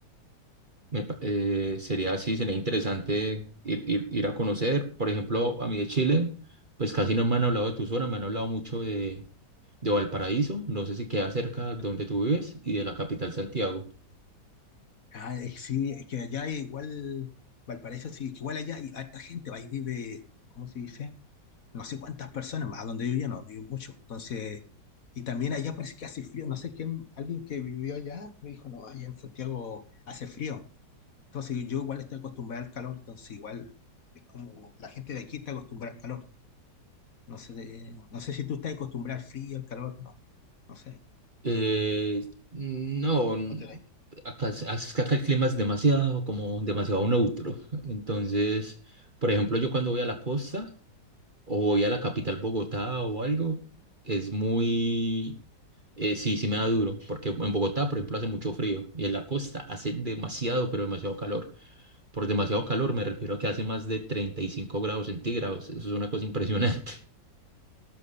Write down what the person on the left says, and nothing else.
Ujú.
Ah, eh, sí, es que allá igual, Valparaíso, sí, que igual allá hay harta gente, ahí vive, ¿cómo se dice? No sé cuántas personas, a donde yo vivía no, vive mucho. Entonces, y también allá parece que hace frío, no sé quién, alguien que vivió allá me dijo, no, allá en Santiago hace frío. Entonces, yo igual estoy acostumbrado al calor, entonces igual es como la gente de aquí está acostumbrada al calor. No sé, de- no sé si tú estás acostumbrado al frío, al calor, no, no sé.
No tenéis.